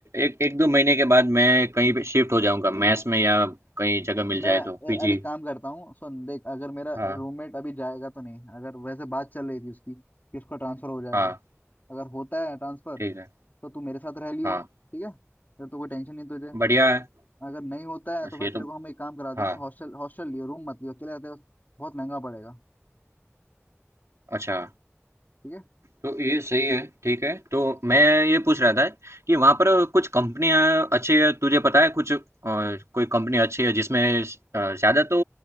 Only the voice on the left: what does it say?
मैं
ए- अरे काम करता हूँ सुन देख अगर मेरा
रूममेट अभी जाएगा तो नहीं अगर वैसे बात चल रही थी उसकी कि उसका ट्रांसफर हो जाएगा
अगर होता है ट्रांसफर
तो तू मेरे साथ रह लियो
ठीक है फिर तो कोई टेंशन नहीं तुझे
अगर नहीं होता है
तो फिर
तेरे को हम एक काम करा देंगे
हॉस्टल हॉस्टल लियो रूम मत लियो अकेले रहते हो, बहुत महंगा पड़ेगा
ठीक है
हाँ।